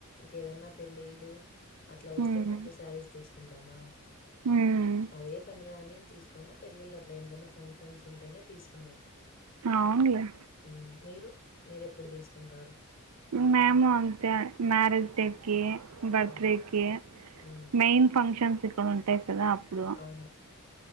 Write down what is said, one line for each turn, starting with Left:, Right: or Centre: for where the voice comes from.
Left: ఏదన్నా పెళ్ళిళ్ళూ అట్లా వస్తే
Right: ఉమ్
Left: పట్టు శారీస్ తీసుకుంటామా.
Right: ఉమ్
Left: అదే పనిగానేం తీసుకోము పెళ్ళిళ్ళు అట్లా ఏన్ వన్నా ఫంక్షన్స్ ఉంటేనే తీస్. కునేది
Right: అవునులే
Left: హ్మ్ మీరు మీరెప్పుడు తీసుకుంటారు.
Right: మేము అంతే మ్యారేజ్ డేకీ బర్త్
Left: ఆహా!
Right: డేకీ.
Left: హ్మ్.
Right: మెయిన్ ఫంక్షన్స్ ఇక్కడ ఉంటాయి కదా అప్పుడూ.
Left: అవును.